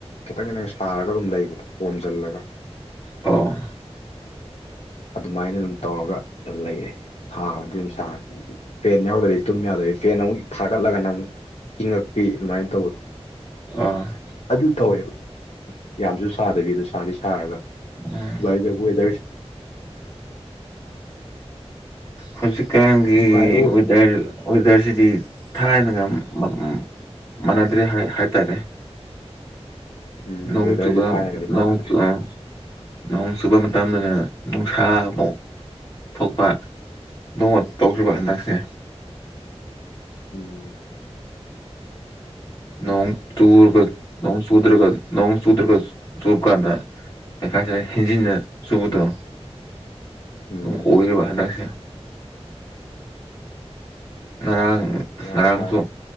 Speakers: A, on the left; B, on the left.
A: ꯈꯤꯇꯪ ꯈꯤꯇꯪ ꯁꯥꯔꯒ ꯑꯗꯨꯝ ꯂꯩꯕꯗꯣ ꯑꯣꯝꯖꯤꯜꯂꯒ
B: ꯑꯣ
A: ꯑꯗꯨꯃꯥꯏꯅ ꯑꯗꯨꯝ ꯇꯧꯔꯒ ꯂꯩꯔꯦ ꯁꯥꯕꯗꯤ ꯑꯗꯨꯝ ꯁꯥꯔ ꯐꯦꯟ ꯌꯥꯎꯗꯗꯤ ꯇꯨꯝ ꯌꯥꯗꯋꯤ ꯐꯦꯟ ꯑꯃꯨꯛ ꯊꯥꯒꯠꯂꯒꯅ ꯑꯃꯨꯛ ꯏꯪꯉꯛꯄꯤ ꯑꯗꯨꯃꯥꯏꯅ ꯇꯧꯕꯗꯣ
B: ꯑ
A: ꯑꯗꯨ ꯇꯧꯋꯦꯕ ꯌꯥꯝꯁꯨ ꯁꯥꯗꯕꯤ ꯑꯗꯣ ꯁꯥꯗꯤ ꯁꯥꯔꯒ ꯑꯗꯨꯃꯥꯏ
B: ꯎꯝ
A: ꯇꯧꯕ ꯋꯦꯗꯔꯁ‌ꯦ
B: ꯍꯧꯖꯤꯛꯀꯥꯟꯒꯤ
A: ꯅꯨꯡꯉꯥꯏꯕ
B: ꯋꯦꯗꯔ ꯋꯦꯗꯔꯁꯤꯗꯤ ꯊꯥꯏꯅꯒ ꯃ ꯃꯥ ꯃꯥꯟꯅꯗ꯭ꯔꯦ ꯍꯥꯏ ꯍꯥꯏꯇꯥꯔꯦ
A: <inaudible>
B: ꯅꯣꯡ
A: ꯋꯦꯗꯔꯁꯦ
B: ꯆꯨꯕ
A: ꯊꯥꯏꯅꯒꯗꯤ
B: ꯅꯣꯡ
A: ꯃꯥꯟꯅꯗ꯭ꯔꯦ
B: ꯆꯨ ꯑꯥ ꯅꯣꯡ ꯆꯨꯕ ꯃꯇꯝꯗꯅ ꯅꯨꯡꯁꯥ ꯑꯃꯨꯛ ꯊꯣꯛꯄ ꯅꯣꯡꯃ ꯇꯧꯈ꯭ꯔ‌ꯦꯕ ꯍꯟꯗꯛꯁꯦ
A: ꯎꯝ
B: ꯅꯣꯡ ꯆꯨꯔꯒ ꯅꯣꯡ ꯆꯨꯗ꯭ꯔꯒ ꯅꯣꯡ ꯆꯨꯗ꯭ꯔꯒ ꯆꯨꯀꯥꯟꯗ <unintelligible> ꯁꯤꯗ ꯍꯦꯟꯖꯤꯟꯅ ꯆꯨꯕꯗꯣ
A: ꯎꯝ
B: ꯑꯗꯨꯝ ꯑꯣꯏꯔꯤꯕ ꯍꯟꯗꯛꯁꯦ ꯉꯔꯥꯡ
A: ꯌꯥꯝ
B: ꯉꯔꯥꯡꯁꯨ
A: ꯅꯨꯡꯉꯥꯏ